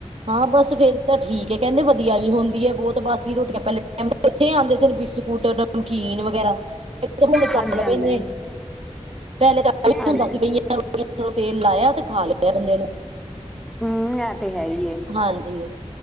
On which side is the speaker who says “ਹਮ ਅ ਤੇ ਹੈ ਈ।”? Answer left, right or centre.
Centre